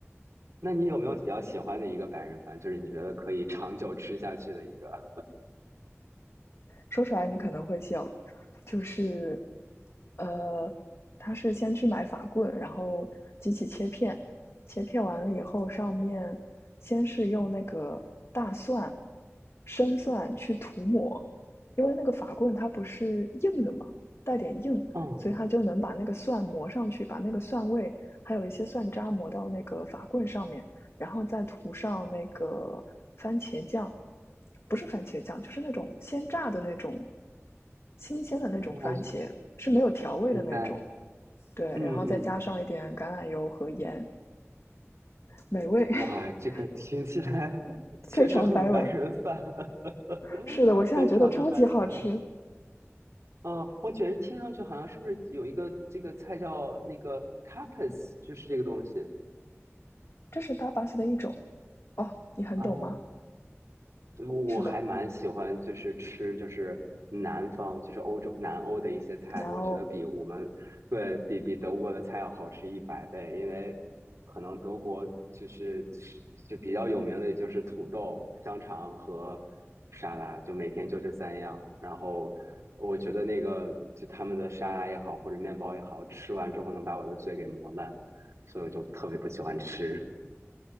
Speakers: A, on the right; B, on the left.
A: 那你有没有比较喜欢的一个白人饭，就是你觉得可以长久吃下去的一个？
B: 说出来你可能会笑，就是，呃，他是先去买法棍，然后机器切片，切片完了以后，上面先是用那个大蒜、生蒜去涂抹，因为那个法棍它不是硬的嘛，带点硬，
A: 嗯，
B: 所以它就能把那个蒜磨上去，把那个蒜味还有一些蒜渣磨到那个法棍上面。然后再涂上那个番茄酱，不是番茄酱，就是那种鲜榨的那种新鲜的那种番茄，
A: 我就
B: 是没有调味的那种。
A: 明白。
B: 对，
A: 嗯嗯，
B: 然后再加上一点橄榄油和盐，美味，<laughs>
A: 哇，这个听起来 <laughs> 确实很白人饭，
B: 非常白文。
A: <laughs>
B: 是的，我现在觉得超级好吃，
A: 非常的白人饭。哦，我觉得听上去好像是不是有一个这个菜叫那个 tapas，就是这个东西。
B: 这是搭巴西的一种哦，你很懂吗？
A: 哦，对，我我还蛮喜欢，
B: 是的，
A: 就是吃，就是南方，就是欧洲南欧的一些菜的。
B: 然后
A: 我觉得比我们对比比德国的菜要好吃一百倍，因为可能德国就是吃就比较有名的，也就是土豆、香肠和沙拉，就每天就这三样。然后我觉得那个就他们的沙拉也好，或者面包也好，吃完之后能把我的嘴给磨烂，所以我就特别不喜欢吃。<laughs>